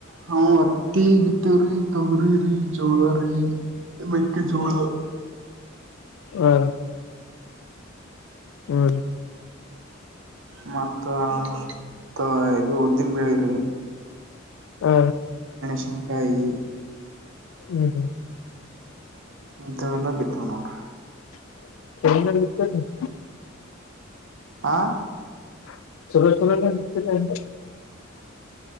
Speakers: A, on the right (about 65°); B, on the left (about 80°).
A: ಹ ಅತ್ತಿ ಬಿತ್ತೇವ್ರಿ ತೊಗ್ರಿರಿ. ಚೂಳ ಅ ಮಕ್ಕ ಚೂಳ.
B: ಹಾ ಹ್ಮ್.
A: ಮತ್ತ ಇದು ಉದ್ದಿನ ಬೆಳಿರಿ.
B: ಹಾ.
A: ಶಂಕಾಯಿ.
B: ಹ್ಮ್ ಹ್ಮ್.
A: ಇಂತವೆಲ್ಲ ಬಿಿದ್ದವು ನೋಡ್ರಿ.
B: <unintelligible>
A: ಆ.
B: ಚಲೋ.